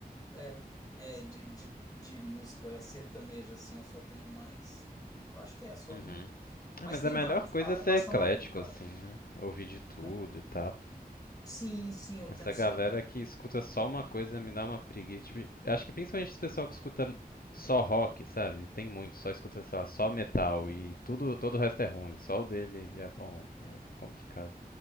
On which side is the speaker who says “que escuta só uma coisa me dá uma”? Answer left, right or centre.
Left